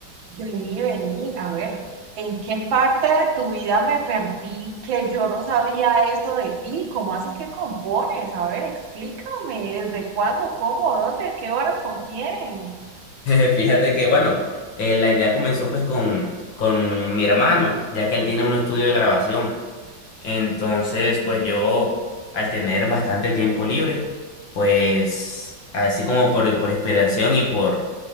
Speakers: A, on the right (about 90°); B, on the left (about 80°).
A: Vení, vení, a ver, ¿en qué parte de tu vida me perdí que yo no sabía eso de ti? ¿Cómo así que compones? A ver, explícame, ¿desde cuándo, cómo, dónde, a qué horas, con quién?
B: <laughs> Fíjate que, bueno, eh, la idea comenzó pues con, con mi hermano, ya que él tiene un estudio de grabación. Entonces, pues yo, al tener bastante tiempo libre, pues así como por, por inspiración y por,